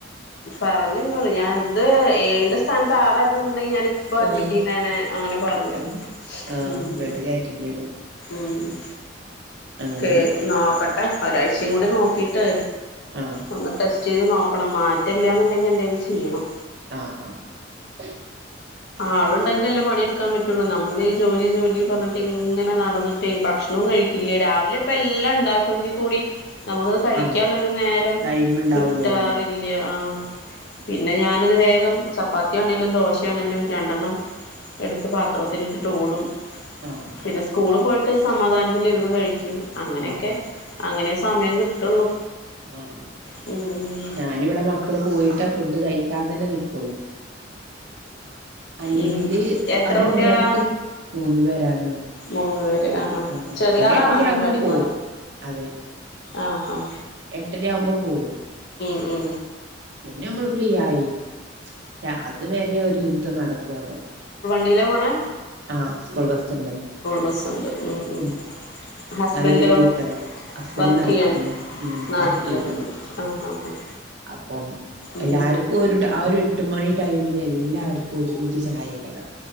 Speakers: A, on the left; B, on the right.
A: പറഞ്ഞുന്നോട് ഞാൻ ന്ത് ഏഴിന്റെ സ്ഥാനത്ത് ആറാരുന്നുന്ന് ഞാനിപ്പോ അഡ്മിറ്റ്
B: ആഹ്
A: ചെയ്തേനെ അങ്ങനെ പറഞ്ഞു
B: തന്നെ ആഹ്
A: മ്
B: ബ്ലഡ് കയറ്റേണ്ടി വരും
A: മ്
B: അങ്ങനെണ്ട്
A: ക്കെ നോക്ക ആഹ് ഒരാഴ്ചയും കൂടി നോക്കീട്ട്
B: ആഹ്
A: ഒന്ന് ടെസ്റ്റ് ചെയ്ത് നോ ക്കണം മാറ്റെല്ലന്നുണ്ടെങ്കിൽ എന്തെലും ചെയ്യണം
B: ആ ഹ് ആഹ്
A: ആളുണ്ടെങ്കിൽ അല്ലേ പണിയെടുക്കാൻ പറ്റുള്ളു നമ്മളി ജോലി ജോലി പറഞ്ഞിട്ട് ഇങ്ങനെ നടന്നിട്ടെ ഭക്ഷണോം കഴിക്കില്ല രാവിലെ ഇപ്പ എല്ലാം ഇണ്ടാക്കെങ്കിൽ കൂടി- നമുക്കത് കഴിക്കാള്ളൊരു
B: ആഹ്
A: നേരം
B: ടൈം ഇണ്ടാവൂലല്ലോ
A: കിട്ടാറില്ല ആ
B: ആഹ്
A: പിന്നെ ഞാനത് വേഗം ചപ്പാത്തിയാണേലും ദോശ <unintelligible> രണ്ടെണ്ണം എടുത്ത് പാത്രത്തിലിട്ടിട്ട് ഓടും-
B: ആഹ്
A: പിന്നെ സ്കൂള് പോയ ട്ട് സമാധാനത്തിലിരുന്ന് കഴിക്കും അങ്ങനെയൊക്കെ
B: ആഹ്
A: അങ്ങനെ സമയം കിട്ടുള്ളൂ
B: ആഹ്
A: ഉം
B: ഞാനിവിടെ മക്കള് പോയിട്ടാ ഫുഡ് കഴി ക്കാൻ തന്നെ നിക്കൊള്ളൂ അല്ലെങ്കില്
A: ഉം എത്ര
B: അത്
A: കുട്ടികളാ
B: മര്യാദക്ക് മൂന്ന് പേരാണ്
A: മൂന്ന് പേര് ആഹ് ആഹ്
B: ആ
A: ചെറിയ
B: ഒരെട്ടരയാവുമ്പോ
A: ആളാണോ അംഗൻവാടി
B: പോവും
A: പോണെ
B: അതെ
A: ആഹ് ആഹ്
B: എട്ടരയാവുമ്പോ പോവും
A: മ്
B: പിന്നെ മ്മള് ഫ്രീ ആയി ഷ അത് വരെ ഒരു ന്റെ നടക്കു <unintelligible>
A: ണ്ടിലാ പോണേ
B: ആഹ് സ്കൂൾ ബസ്സ്ണ്ട്
A: ബസ്സുണ്ട് ഉം ഉം
B: മ്മ്
A: ഹസ്ബൻഡോ
B: നല്ലൊരു <unintelligible> ഹസ്ബൻഡ്
A: വർക്ക്
B: നാട്ടി
A: ചെയ്യാണ്
B: തന്നെ മ്മ്
A: നാട്ടിലെന്നെയാണ്
B: വർക്ക് ചെയ്യാണ് ഉം
A: ആഹ് ആഹ് ആഹ്
B: അപ്പം
A: ഉം
B: എല്ലാരുക്കും ഒരു ആ ഒരു എട്ട് മണി ടൈമില് എല്ലാവരു ക്കൊരുമിച്ച് ചായെകരം